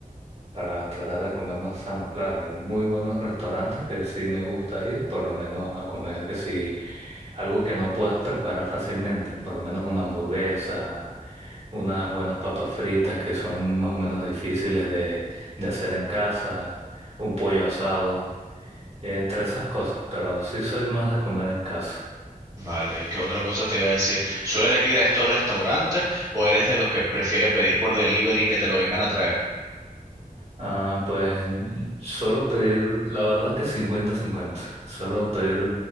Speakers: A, on the right; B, on the right.
A: para tratar de comer más sano. Claro, hay muy buenos restaurantes que sí me gusta ir, por lo menos a comer que si algo que no puedas preparar fácilmente, por lo menos una hamburguesa, unas buenas papas fritas que son más o menos difíciles de, de hacer en casa, un pollo asado, entre esas cosas, pero sí soy más de comer en casa.
B: Vale, ¿y qué otra cosa te iba a decir? ¿Sueles ir a estos restaurantes o eres de los que prefiere pedir por delivery y que te lo vengan a traer?
A: Ah, pues mm, solo pedir, la verdad que cincuenta cincuenta Solo pedir